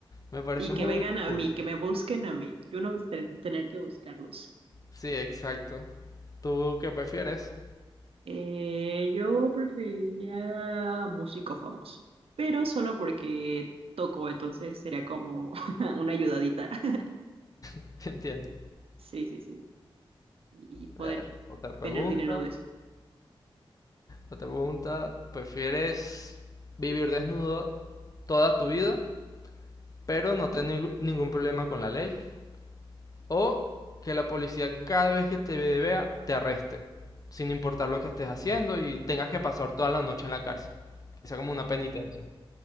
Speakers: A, on the left; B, on the right.
A: Me pareció
B: Y que
A: muy
B: vengan a
A: cool.
B: mí, que me busquen a mí. Yo no tener que buscarlos.
A: Sí, exacto. ¿Tú qué prefieres?
B: Eh, yo preferiría músico famoso, pero solo porque toco, entonces sería como <laughs> una ayudadita. <laughs>
A: <laughs> Entiendo.
B: Sí, sí, sí. Y poder
A: A ver, otra pregunta.
B: tener dinero de eso.
A: Otra pregunta. ¿Prefieres vivir desnudo toda tu vida, pero no tener ningún problema con la ley? ¿O que la policía cada vez que te vea te arreste, sin importar lo que estés haciendo y tengas que pasar toda la noche en la cárcel? Que sea como una penitencia.